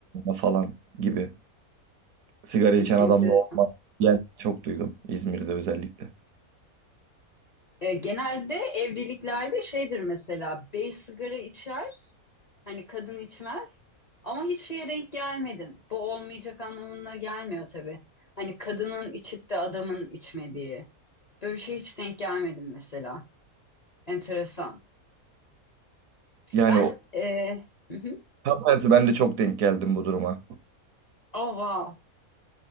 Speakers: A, on the right; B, on the left.
A: falan gibi. Sigara
B: hmm,
A: içen
B: enteresan.
A: adamla olmak diyen çok duydum İzmir'de özellikle.
B: E, genelde evliliklerde şeydir mesela bey sigara içer Hani kadın içmez ama hiç şeye denk gelmedim. Bu olmayacak anlamına gelmiyor tabii. Hani kadının içip de adamın içmediği. Böyle bir şey hiç denk gelmedim mesela. Enteresan.
A: Yani
B: Ben
A: o,
B: e, hı hı.
A: tam tersi ben de çok denk geldim bu duruma.
B: Oh wow.